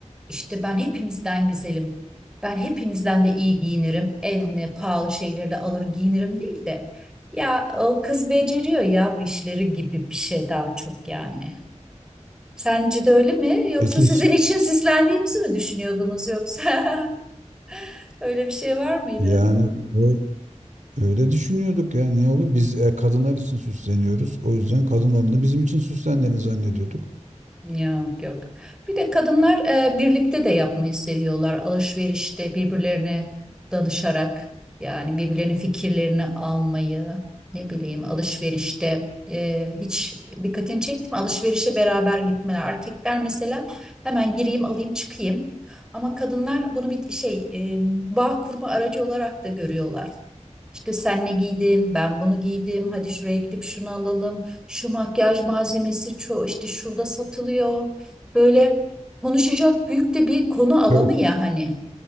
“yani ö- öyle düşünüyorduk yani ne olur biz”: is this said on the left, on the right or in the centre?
Right